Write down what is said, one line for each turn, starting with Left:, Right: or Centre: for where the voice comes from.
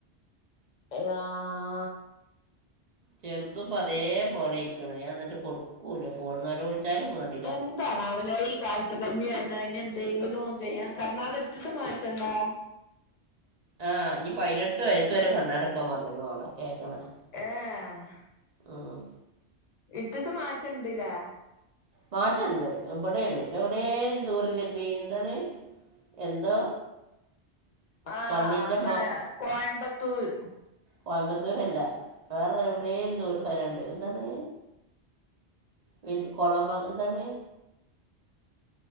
Left: അതാ
Right: ചെറുതുപ്പം അതേപോലെ ആയിക്കുണു ഞാൻ എന്നിട്ട് കൊടുക്കൂലാ ഫോണ് നെലോളിച്ചാലും വേണ്ട
Left: എന്താനാവലെ ഈ കാലത്ത് ഴ്ച്ച കമ്മിയായിരുന്നു അഴ്ന് എന്തെങ്കിലും ചെയ്യാ കണ്ണാടി ഇട്ടിട്ട് മാറ്റൊണ്ടാ
Right: ആ ഇനി പൈനെട്ട് വയസ്സുവരെ കണ്ണാടിക്കാൻ പറഞ്ഞേക്കണുമാളേ കേക്കണ്
Left: ഏ ആ
Right: ഉം
Left: ഇട്ടിട്ട് മാറ്റണ്ട്ല്ലേ
Right: മാറ്റണ്ട് ഇബ്ടേണ് എവിടെയേ ദൂറല്ലത് എന്താത് എന്തോ
Left: ആ
Right: കണ്ണിൻ്റെ
Left: ഇബ്ടെ
Right: മ
Left: കോയമ്പത്തൂര്
Right: കോയമ്പത്തൂരല്ല വേറെ എവിടേ ദൂരെസ്ഥലൊണ്ട് എന്താണ് വലൃ കൊളംമ്പങ്കരെ